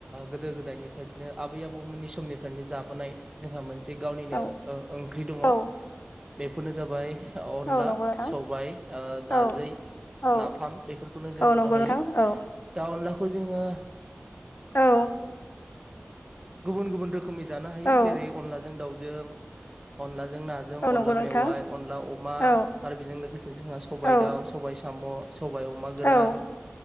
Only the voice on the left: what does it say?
औ
औ
औ नंगौ नोंथां
औ औ
औ
नंगौ
नोंथां औ
औ
औ
औ नंगौ
नोंथां
औ
औ
औ